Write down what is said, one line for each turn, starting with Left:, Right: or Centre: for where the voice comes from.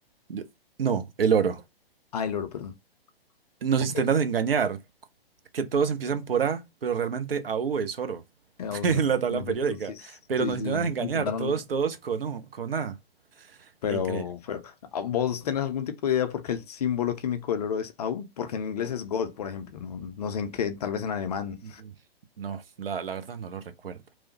Right: Yo- No, el oro.
Left: Ah, el oro, perdón.
Right: Nos
Left: Ok.
Right: intentan
Left: Eh,
Right: engañar, que todos empiezan por A, pero realmente A U es oro <laughs>
Left: vamos
Right: en
Left: a ver.
Right: la tabla
Left: En efecto,
Right: periódica.
Left: sí, sí,
Right: Pero nos
Left: sí.
Right: intentan engañar,
Left: Intentaron
Right: todos, todos con U, con A.
Left: Pero,
Right: Increíble.
Left: pero, ¿a- ¿vos tenés algún tipo de idea por qué el símbolo químico del oro es Au? Porque en inglés es gold, por ejemplo. No, no sé en qué, tal vez en alemán.
Right: Mm. No, la, la verdad no lo recuerdo.